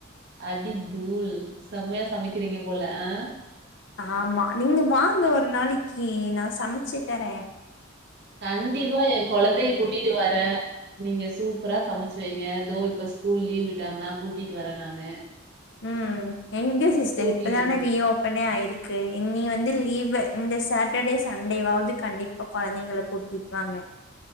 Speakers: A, on the right; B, on the left.
A: அடி தூள் செம்மையா சமைக்கிறீங்க போல ஆஹ.
B: ஆமா நீங்க வாங்க ஒரு நாளைக்கு நா சமைச்சுத்தர.
A: கண்டிப்பா என் கொழந்தைய கூட்டிட்டு வர நீங்க சூப்பரா சமைச்சு வைங்க இதோ. இப்ப ஸ்கூல் லீவ் விட்டாங்கன்னா கூட்டிட்டு வர நானு.
B: உம். எங்க சிஸ்டர்
A: கூட்டிட்டு
B: இப்பதான
A: வந்துட்டு
B: ரீ ஓப்பனே ஆயுருக். க்கு இன்னி வந்து லீவு இந்த சாட்டர்டே சண்டேவாவ்து கண்டிப்பா கொழந்தைங்ள கூட்டிட்வாங்க